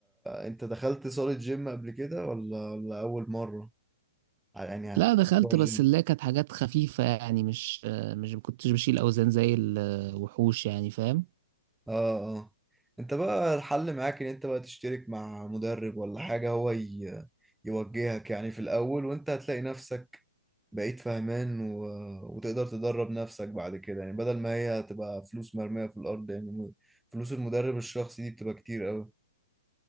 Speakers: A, in the centre; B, on the right.
A: انت دخلت صالة جيم قبل كده ولا ولا اول مرة يعني
B: لا
A: هتروح
B: دخلت
A: الجيم
B: بس اللي هي كانت حاجات خفيفة يعني مش آه، مش ما كنتش بشيل اوزان زي الوحوش يعني فاهم
A: اه اه انت بقى الحل معاك ان انت بقى تشترك مع مدرب ولا حاجة هو ي- يوجهك يعني في الاول وانت هتلاقي نفسك بقيت فاهمان و... وتقدر تدرب نفسك بعد كده يعني بدل ما هي هتبقى فلوس مرمية في الارض يعني م- فلوس المدرب الشخصي دي بتبقى كتير قوي